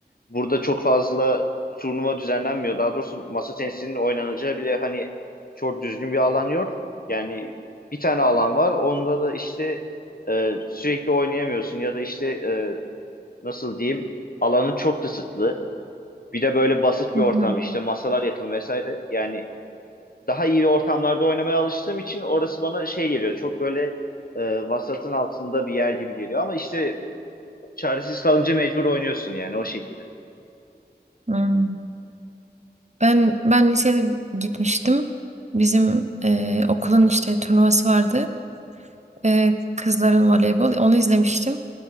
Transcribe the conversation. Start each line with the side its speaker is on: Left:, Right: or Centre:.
Left: burada çok fazla turnuva düzenlenmiyor. Daha doğrusu masa tenisinin oynanacağı bile hani çok düzgün bir alan yok. Yani bir tane alan var. Onda da işte e, sürekli oynayamıyorsun ya da işte e, nasıl diyeyim alanı çok kısıtlı. Bir de böyle basit bir
Right: hmm,
Left: ortam işte masalar yakın vesaire. Yani daha iyi ortamlarda oynamaya alıştığım için orası bana şey geliyor. Çok böyle e, vasatın altında bir yer gibi geliyor. Ama işte çaresiz kalınca mecbur oynuyorsun yani o şekilde.
Right: hmm. Ben ben lisede gitmiştim. Bizim e, okulun işte turnuvası vardı. E, kızların voleybol. Onu izlemiştim.